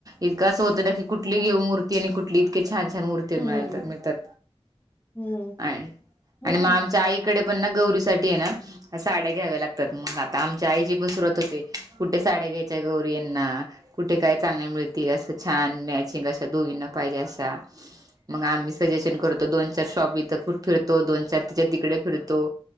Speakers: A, on the right; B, on the left.
A: इतकं असं होतं ना की कुठली घेऊ मूर्ती आणि कुठली इतके छान छान मूर्ती.
B: हम्म
A: ती मिळाली तर मिळतात
B: हम्म
A: आणि
B: हम्म
A: आणि आम चा आई कडे पण ना गौरीसाठी हे ना. साड्या घ्याव्या लागतात. मग आता आमच्या आईची पण सुरुवात होते कुठे साड्या घ्यायच्या गौरी यांंना कुठे काय चांगले मिळतील असं छान मॅचिंग अशा दोघींना पाहिजे अशा. मग आम्ही सजेशन करतो दोन चार शॉप इथं फिरतो दोन चार तिच्या तिकडे फिरतो.